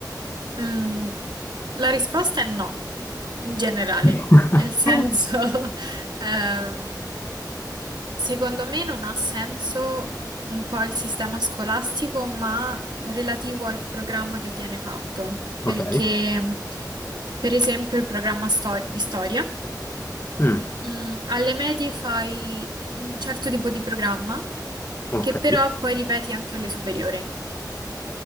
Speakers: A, on the right; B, on the left.
A: Mm, la risposta è no, in generale,
B: <laughs>
A: nel senso, <laughs> ehm, secondo me non ha senso un po' il sistema scolastico, ma relativo al programma che viene fatto, perché
B: Ok.
A: per esempio il programma sto- di storia,
B: Mm,
A: mm, alle medie fai un certo tipo di programma
B: ok.
A: che però poi ripeti anche alle superiori.